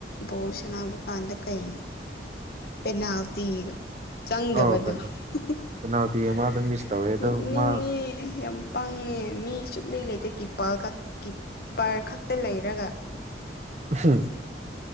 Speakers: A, on the left; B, on the right.
A: ꯕꯣꯜ ꯁꯥꯅꯕ ꯀꯥꯟꯗ ꯀꯩꯅꯣ ꯄꯦꯅꯥꯜꯇꯤꯗꯣ ꯆꯪꯗꯕꯗꯣ
B: ꯑꯧ ꯀꯩꯅꯣ
A: <unintelligible>
B: ꯄꯦꯅꯥꯜꯇꯤ ꯑꯃꯗ ꯃꯤꯁ ꯇꯧꯋꯦ ꯑꯗꯣ
A: ꯅꯣꯛꯅꯤꯡꯉꯦ
B: ꯃꯥ
A: ꯌꯥꯝ ꯄꯪꯉꯦ ꯃꯤ ꯁꯨꯛꯂꯩ ꯂꯩꯇꯦ ꯀꯤꯞꯄꯜ ꯈꯛ ꯀꯤꯞꯄꯔ ꯈꯛꯇ ꯂꯩꯔꯒ
B: <unintelligible>